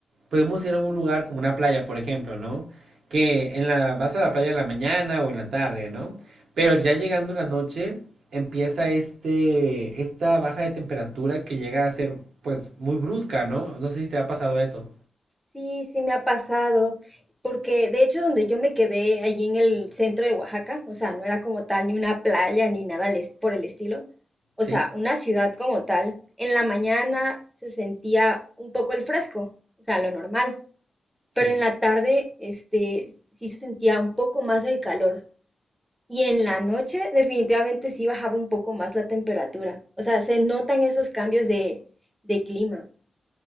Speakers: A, on the right; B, in the centre.
A: podemos ir a un lugar como una playa, por ejemplo, ¿no? Que en la, vas a la playa en la mañana o en la tarde, ¿no? Pero ya llegando la noche, empieza este, esta baja de temperatura que llega a ser, pues, muy brusca, ¿no? No sé si te ha pasado eso.
B: Sí, sí me ha pasado, porque de hecho donde yo me quedé allí en el centro de Oaxaca, o sea, no era como tal ni una playa ni nada al est- por el estilo, o
A: Sí,
B: sea, una ciudad como tal, en la mañana se sentía un poco el fresco, o sea, lo normal,
A: sí.
B: pero en la tarde, este, sí se sentía un poco más el calor y en la noche definitivamente sí bajaba un poco más la temperatura, o sea, se notan esos cambios de, de clima,